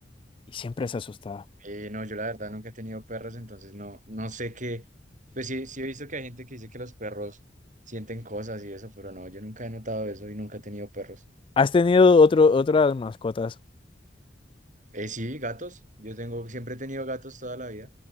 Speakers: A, on the left; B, on the right.
A: Y siempre se asustaba.
B: Eh, no, yo la verdad nunca he tenido perros, entonces no, no sé qué. Pues sí, sí he visto que hay gente que dice que los perros sienten cosas y eso, pero no, yo nunca he notado eso y nunca he tenido perros.
A: ¿Has tenido otro, otras mascotas?
B: Eh, sí, gatos. Yo tengo, siempre he tenido gatos toda la vida.